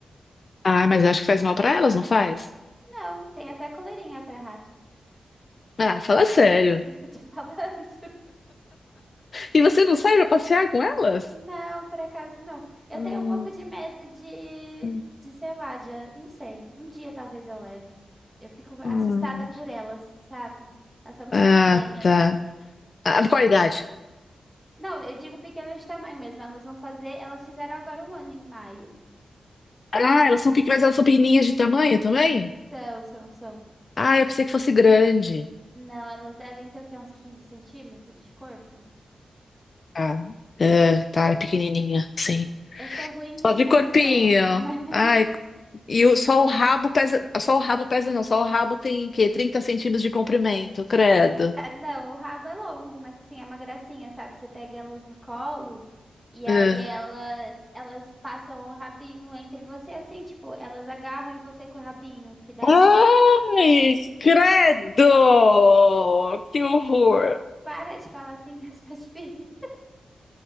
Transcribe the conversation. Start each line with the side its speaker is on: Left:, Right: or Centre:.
Left: Ah, mas eu acho que faz mal pra elas, não faz?
Centre: Não, tem até coleirinha pra rato.
Left: Ah, fala sério.
Centre: <laughs> Eu tô falando.
Left: E você não sai pra passear com elas?
Centre: Não, por acaso não. Eu
Left: Hum,
Centre: tenho um pouco de medo de,
Left: hum,
Centre: de, sei lá, de, não sei. Um dia talvez eu leve. Eu fico assustada
Left: hum.
Centre: por elas, sabe? Elas são muito
Left: Ah,
Centre: pequenas.
Left: tá. Ah, qual a idade?
Centre: Não, eu digo pequenas de tamanho mesmo. Elas vão fazer, elas fizeram agora um ano em maio.
Left: Ah, elas são pequenas, mas elas são pequenininhas de tamanho também?
Centre: São, são, são.
Left: Ah, eu pensei que fosse grande.
Centre: Não, elas devem ter o quê? Uns 15 centímetros de corpo?
Left: Ah, é, tá, é pequenininha, sim.
Centre: Eu sou ruim de
Left: Só
Centre: dimensão,
Left: de corpinho.
Centre: mas. <laughs>
Left: Ai, E o, só o rabo pesa. Só o rabo pesa, não. Só o rabo tem o quê? 30 centímetros de comprimento, credo.
Centre: Ah, não, o rabo é longo, mas assim, é uma gracinha, sabe? Você pega elas no colo e aí
Left: É.
Centre: elas, elas passam o rabinho entre você, assim, tipo, elas agarram em você com o rabinho, porque daí
Left: Ai, credo! Que horror!
Centre: para de falar assim das suas <laughs> filhas.